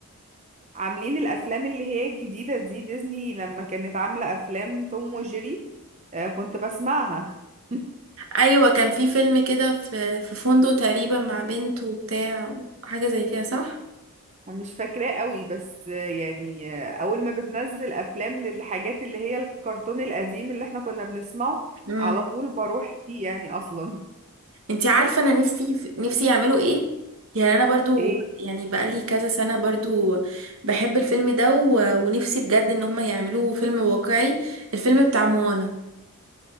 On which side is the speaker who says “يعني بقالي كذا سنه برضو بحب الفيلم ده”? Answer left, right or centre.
Right